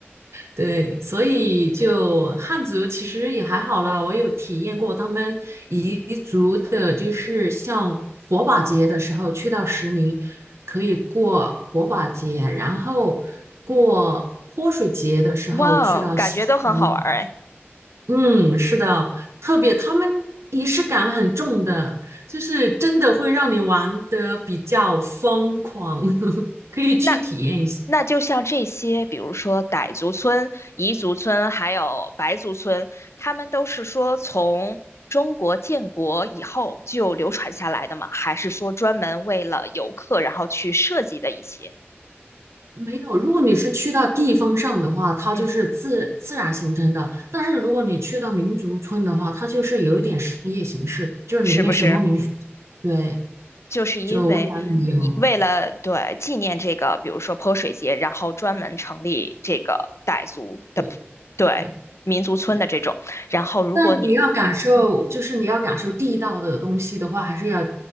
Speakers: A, on the right; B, on the left.
A: 对，所以就汉族其实也还好啦，我有体验过他们彝族的，就是像火把节的时候去到石林，可以过火把节，然后过泼水节的时候去到西川啦。
B: 哇哦，感觉都很好玩儿哎。
A: 嗯，是的，特别他们仪式感很重的，就是真的会让你玩的比较疯狂，<laughs> 可以去体验一下。
B: 那那就像这些，比如说傣族村、彝族村，还有白族村，他们都是说从中国建国以后就流传下来的吗？还是说专门为了游客然后去设计的一些？
A: 没有，如果你是去到地方上的话，它就是自自然形成的；
B: 嗯，
A: 但是如果你去到民族村的话，它就是有一点商业形式，就是里面什么民族，
B: 是不是？
A: 对，
B: 就是因为一为了对纪念这个，
A: 就为了旅游，
B: 比如说泼水节，然后专门成立这个傣族的
A: 对
B: 对民族村的这种。
A: 对对。
B: 然后如果你
A: 但你要感受，
B: 嗯
A: 就是你要感受地道的东西的话，还是要